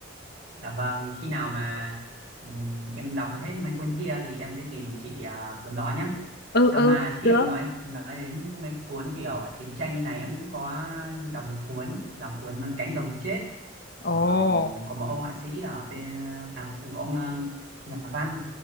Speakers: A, on the right; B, on the left.
A: Dạ vâng, thì khi nào mà ừm, em đọc hết mấy cuốn kia thì em sẽ tìm chị à, cuốn đó nhé.
B: ừ
A: À
B: ừ
A: mà tiện
B: được
A: nói nói đến mấy cuốn kiểu chiến tranh như này em cũng có đọc một cuốn là cuốn Cánh đồng chết của
B: ồ
A: ừm, của một ông họa sĩ ở bên à, của ông ờ, nhà văn.